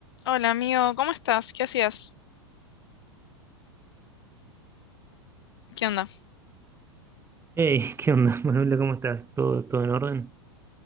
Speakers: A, on the left; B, on the right.
A: Hola amigo, ¿cómo estás? ¿Qué hacías? ¿Qué onda?
B: Hey, ¿qué onda, <laughs> Manuela? ¿Cómo estás? ¿Todo, todo en orden?